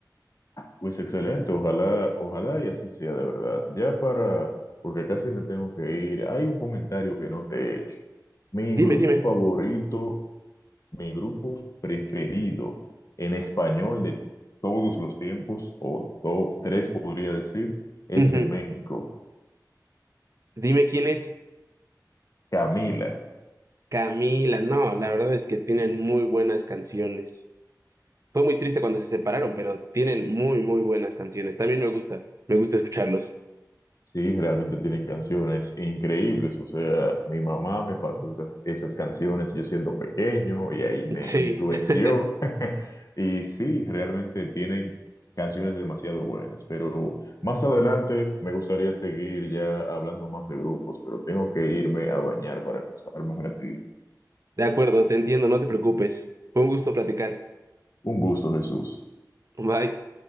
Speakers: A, on the left; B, on the right.
A: Pues excelente, ojalá, ojalá y así sea de verdad. Ya para, porque casi me tengo que ir, hay un comentario que no te he hecho. Mi
B: Dime,
A: grupo
B: dime.
A: favorito, mi grupo preferido en español de todos los tiempos, o top 3 podría decir, es
B: Ujú.
A: de México,
B: Dime quién es
A: Camila.
B: Camila. No, la verdad es que tienen muy buenas canciones. Fue muy triste cuando se separaron, pero tienen muy, muy buenas canciones. También me gusta, me gusta escucharlos.
A: Sí, realmente tienen canciones increíbles. O sea, mi mamá me pasó esas, esas canciones yo siendo pequeño y ahí me
B: Sí.
A: influenció.
B: <laughs>
A: <laughs> Y sí, realmente tienen canciones demasiado buenas. Pero más adelante me gustaría seguir ya hablando más de grupos, pero tengo que irme a bañar para acostarme un ratito.
B: De acuerdo, te entiendo, no te preocupes. Fue un gusto platicar.
A: Un gusto, Jesús.
B: Bye.